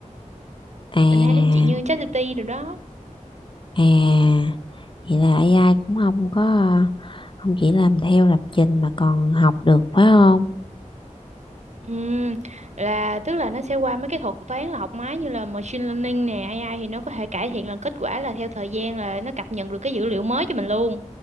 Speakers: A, on the left; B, on the right.
A: à
B: mình hay nói chuyện như ChatGPT rồi đó
A: à vậy là AI cũng không có ờ, không chỉ làm theo lập trình mà còn học được phải không
B: Ừm, là tức là nó sẽ qua mấy cái thuật toán là học máy như là machine learning nè AI thì nó có thể cải thiện là kết quả là theo thời gian là nó cập nhật được cái dữ liệu mới cho mình luôn